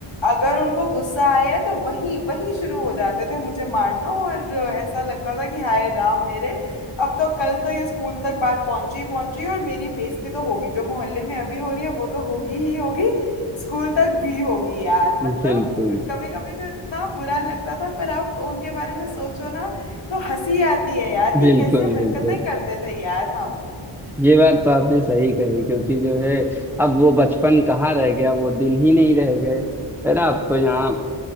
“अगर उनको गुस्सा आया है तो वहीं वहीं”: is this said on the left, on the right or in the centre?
Left